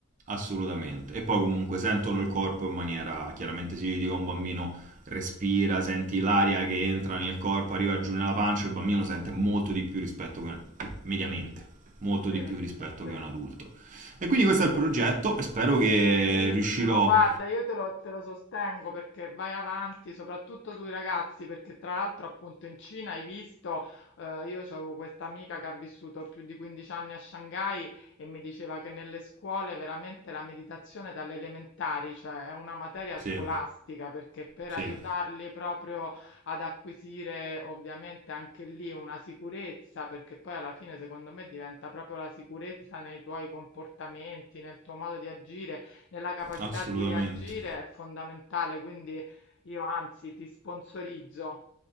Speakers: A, on the right (about 40°); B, on the left (about 60°).
A: Assolutamente. E poi comunque sentono il corpo in maniera, chiaramente si dica un bambino respira, senti l'aria che entra nel corpo, arriva giù nella pancia, il bambino sente molto di più rispetto che mediamente, molto
B: Sì,
A: di più rispetto
B: sì.
A: che un adulto. E quindi questo è il progetto e spero che
B: Bellissimo,
A: riuscirò.
B: guarda, io te lo, te lo sostengo perché vai avanti, soprattutto tu ragazzi, perché tra l'altro appunto in Cina hai visto, eh, io avevo questa amica che ha vissuto più di 15 anni a Shanghai e mi diceva che nelle scuole veramente la meditazione dalle elementari, cioè è una materia
A: Sì,
B: scolastica, perché per
A: sì,
B: aiutarli proprio ad acquisire ovviamente anche lì una sicurezza, perché poi alla fine secondo me diventa proprio la sicurezza nei tuoi comportamenti, nel tuo modo di agire nella capacità
A: assolutamente.
B: di reagire è fondamentale, quindi io anzi ti sponsorizzo